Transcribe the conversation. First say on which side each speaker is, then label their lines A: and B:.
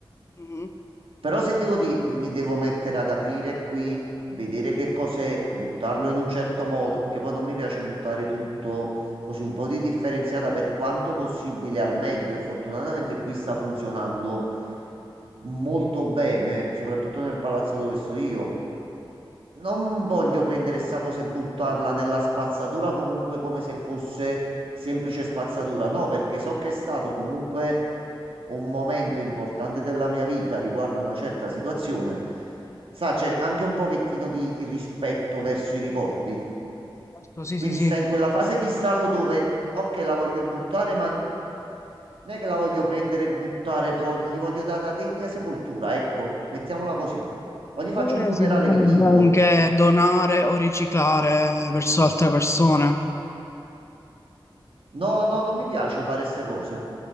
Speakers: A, on the left (about 30°); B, on the right (about 80°).
A: Mhm.
B: Però se devo di- mi devo mettere ad aprire qui, vedere che cos'è, buttarlo in un certo modo, perché poi non mi piace buttare tutto così un po' di differenziata per quanto possibile al meglio e fortunatamente qui sta funzionando molto bene, soprattutto nel palazzo dove sto io. Non voglio prendere sta cosa e buttarla nella spazzatura comunque come se fosse semplice spazzatura. No, perché so che è stato comunque un momento importante della mia vita riguardo una certa situazione. Sa, c'è anche un pochettino di rispetto verso i ricordi.
A: Certo, sì,
B: Quindi
A: sì, sì.
B: sta in quella fase di stallo dove, mh, ok, la voglio buttare, ma non è che la voglio prendere e buttare proprio. Gli voglio dare una degna sepoltura, ecco, mettiamola così. O gli faccio
A: Oppure
B: un funerale
A: si potrebbe
B: vichingo.
A: anche donare o riciclare verso altre persone.
B: No, no, non mi piace fare queste cose.